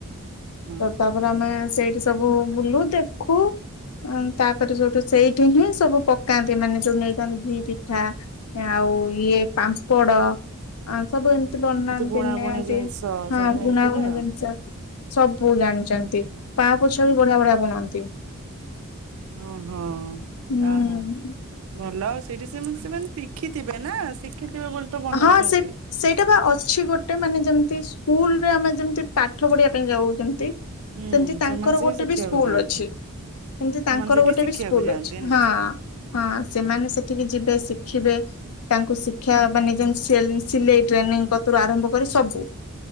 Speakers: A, on the right (about 70°); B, on the left (about 80°).
A: ହଁ
B: ତାପରେ ଆମେ ସେଇଠି ସବୁ ବୁଲୁ ଦେଖୁ। ତାପରେ ସେଉଠୁ ସେଇଠି ହିଁ ସବୁ ପ କାନ୍ତି ମାନେ ଯୋଉ ନେଇଥାନ୍ତି ଘି ପିଠା ଆଉ ଇଏ ପାମ୍ପଡ। ଆ ସବୁ ଏମିତି ବନାନ୍ତି
A: ବୁଣା
B: ନିଅନ୍ତି,
A: ବୁଣି ଜିନିଷ
B: ହଁ
A: ସବୁ ନେଇଥିବେ
B: ବୁଣା ବୁଣି
A: ଆଉ
B: ଜିନିଷ। ସବୁ ଜାଣିଛନ୍ତି, ପା ପୋଛା ବି ବଢିଆ ବଢିଆ ବୁଣନ୍ତି।
A: ହଁ ହଁ,
B: ହୁଁ
A: ଯାହା ହଉ। ଭଲ ଆଉ ସେଇଠି ସେମାନେ ସେମାନେ ଶିଖିଥିବେ ନା ଶିଖିଥିବେ ବୋଲି ତ ବନଉଛନ୍ତି
B: ହଁ ସେ ସେଇଟା ବା ଅଛି ଗୋଟେ ମାନେ ଯେମିତି ସ୍କୁଲରେ ଆମେ ଯେମିତି ପାଠ ପଢିବା ପାଇଁ ଯାଉ ଯେମତି
A: ହୁଁ
B: ସେମିତି ତାଙ୍କର
A: ସେମାନେ ସେ
B: ଗୋଟେ
A: ଶିଖିବାକୁ
B: ବି ସ୍କୁଲ
A: ଯାଆନ୍ତି
B: ଅଛି। ସେମତି
A: ସେମାନେ
B: ତାଙ୍କର
A: ସେଇଠି
B: ଗୋଟେ
A: ଶିଖିବାକୁ
B: ବି ସ୍କୁଲ
A: ଯାଆନ୍ତି
B: ଅଛି,
A: ନା
B: ହଁ। ହଁ ସେମାନେ ସେଠିକି ଯିବେ, ଶିଖିବେ ତାଙ୍କୁ ଶିକ୍ଷା ମାନେ ଯେମିତି ସେଲ୍ ସିଲେଇ ଟ୍ରେନିଙ୍ଗ କତରୁ ଆରମ୍ଭ କରି ସବୁ